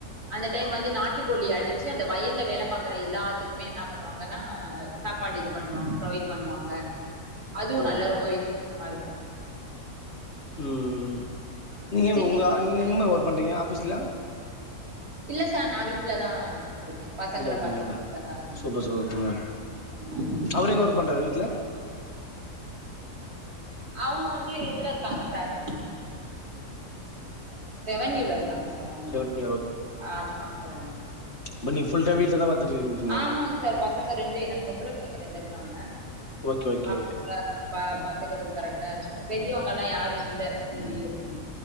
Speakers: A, on the right (about 90°); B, on the left (about 45°).
A: அந்த டைம் வந்து நாட்டுக்கோழி அடிச்சு அந்த வயல்ல வேல பாக்குற எல்லாத் த்துக்குமே என்ன பண்ணுவாங்கன்னா சாப்பாடு இது பண்ணுவாங்க ப்ரொவைட் பண்ணுவாங்க அதுவு
B: ஓ
A: நல்லா ரொம்ப வித்தியசமா இருக்கு
B: ம் நீங்க
A: சிட்டி
B: உங்க எங்க இங்க எங்கமா ஒர்க் பண்றீங்க ஆஃபீஸ்லா
A: இல்ல சார் நா வீட்ல தா இருக்கே பசங்கள
B: வீட்ல இருக்கீங்களா
A: பார்த்துட்டு வீட்ல தா இருக்கேங்க
B: சூப்பர்
A: சார்
B: சூப்பர்
A: ம்
B: அவரு எங்க ஒர்க் பண்றாரு வீட்ல
A: அவுங்க வந்து இதுல இருக்காங்க சார் ரெவன்யூல இருக்காங்க சார் அவங்க
B: ரெவன்யூ
A: ஆமாங் சார்
B: மா நீ ஃபுல் டே வீட்ல தா பாத்துட்டுருக்கீங்
A: ஆமாங் சார் பசங்க ரெண்டு எனக்கு பொம்பள பிள்ளைங்க ரெண்டு இருக்காங்க
B: ஓகே ஓகே
A: அவங்ள பா பாத்துக்கறது கரெக்ட்டா இருக்கு பெரியவுங்க எல்லா யாரு இல்ல செரி அப்டின்னு